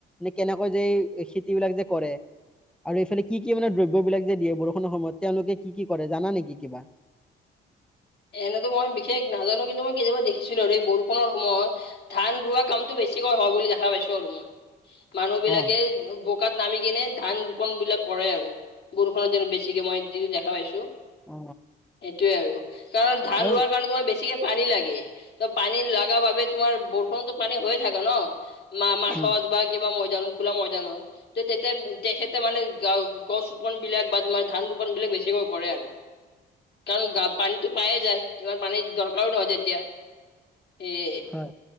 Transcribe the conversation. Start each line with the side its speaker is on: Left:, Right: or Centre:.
Centre: নে কেনেকৈ যে খেতি বিলাক যে কৰে আৰু এইফালে কি- কি মানে দ্ৰব্যবলাক যে দিয়ে বৰষুণৰ সময়ত তেওঁলোকে কি- কি কৰে জানা নেকি কিবা?
Left: এনেতো মই বিশেষ নাজানো কিন্তু মই কেতিয়াবা দেখি ছিলো আৰু এই বৰষুণৰ সময়ত ধান- ৰোৱা কামটো বেছিকৈ হয় বুলি দেখা পাইছো আৰু মই। মানুহ বিলাকে
Centre: অ
Left: বোকাত নামি কিনে ধান ৰোপন বিলাক কৰে আৰু বৰষুণত যেন বেছিকে মই যিতো দেখা পাইছো। সেইটোয়ে
Centre: অ
Left: আৰু কাৰণ ধান
Centre: আৰু
Left: ৰোৱাৰ কাৰণে তোমাৰ বেছিকে পানী লাগে। ত'পানী লাগা বাবে তোমাৰ বৰষুণতো পানী হৈ থাকে ন'ম মাথত
Centre: উম
Left: বা কিবা ম খোলা ময়দানত ত' তেতিয়া তেখেতে মানে গছ ৰুপান বিলাক বা তোমাৰ ধান ৰোপণ বিলাক বেছিকৈ কৰে আৰু কাৰণ পানীটো পায়ে যায় ইমান পানীৰ দৰকাৰো নহয় যেতিয়া সেয়ে
Centre: হয়